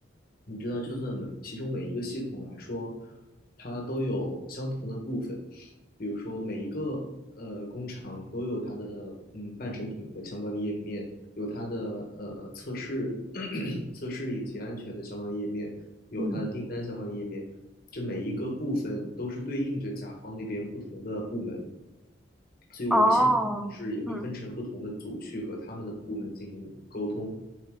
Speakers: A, on the left; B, in the centre.
A: 你知道，就算每其中每一个系统来说，它都有相同的部分，比如说每一个厂都有它的嗯半成品的相关的页面，有它的呃测试 <clears throat> 测试以及安全的相关的页面，有它的订单相关的页面，
B: 嗯。
A: 这每一个部分都是对应着甲方那边不同的部门，所以我们现场同事也会分成不同的组去和他们的部门进行沟通，
B: 哦，嗯